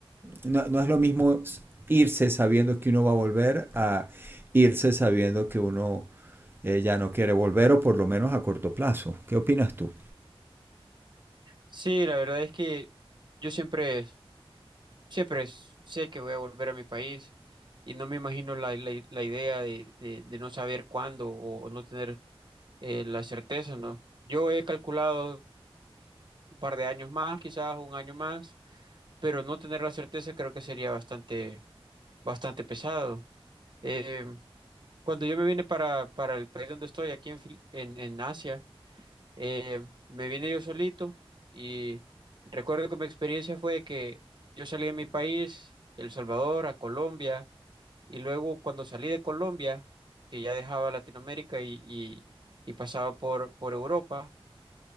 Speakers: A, on the right; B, on the right.
A: No, no es lo mismo irse sabiendo que uno va a volver a irse sabiendo que uno eh, ya no quiere volver o por lo menos a corto plazo. ¿Qué opinas tú?
B: Sí, la verdad es que yo siempre, siempre sé que voy a volver a mi país y no me imagino la, la- la idea de, de- de no saber cuándo o, o no tener eh, la certeza, ¿no? Yo he calculado un par de años más, quizás un año más, pero no tener la certeza creo que sería bastante, bastante pesado. Eh, cuando yo me vine para, para el país donde estoy, aquí en, Fil- en en Asia, Eh, me vine yo solito y recuerdo que mi experiencia fue que yo salí de mi país, El Salvador, a Colombia, y luego cuando salí de Colombia, que ya dejaba Latinoamérica y, y- y pasaba por, por Europa,